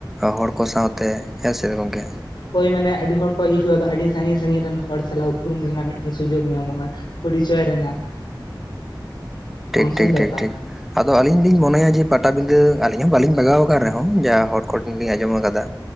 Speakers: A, in the centre; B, on the left.
A: ᱦᱚᱲ ᱠᱚ ᱥᱟᱶᱛᱮ ᱦᱮᱸ ᱥᱮ ᱜᱚᱝᱠᱮ
B: ᱦᱳᱭ ᱢᱟᱱᱮ ᱟᱹᱰᱤ ᱦᱚᱲ ᱠᱚ ᱦᱤᱡᱩᱜᱼᱟ ᱟᱫᱚ ᱟᱹᱰᱤ ᱥᱟᱺᱜᱤᱧ ᱥᱟᱺᱜᱤᱧ ᱨᱮᱱ ᱦᱚᱲ ᱥᱟᱞᱟᱜ ᱩᱯᱨᱩᱢ ᱨᱮᱱᱟᱜ ᱢᱤᱫᱴᱮᱱ ᱥᱩᱡᱳᱜᱽ ᱧᱟᱢᱚᱜᱼᱟ ᱯᱲᱤᱪᱚᱭ ᱨᱮᱱᱟᱜ
A: ᱴᱷᱤᱠ
B: ᱚᱱᱠᱟᱱ
A: ᱴᱷᱤᱠ
B: ᱵᱮᱯᱟᱨ
A: ᱴᱷᱤᱠ ᱴᱷᱤᱠ ᱟᱫᱚ ᱟᱹᱞᱤᱧ ᱞᱤᱧ ᱢᱚᱱᱮᱭᱟ ᱡᱮ ᱯᱟᱴᱟᱵᱤᱸᱫᱟᱹ ᱟᱹᱞᱤᱧ ᱦᱚᱸ ᱵᱟᱹᱞᱤᱧ ᱵᱟᱜᱟᱣ ᱟᱠᱟᱱ ᱨᱮᱦᱚᱸ ᱡᱟ ᱦᱚᱲ ᱠᱚᱴᱷᱮᱱ ᱞᱤᱧ ᱟᱸᱡᱚᱢ ᱟᱠᱟᱫᱟ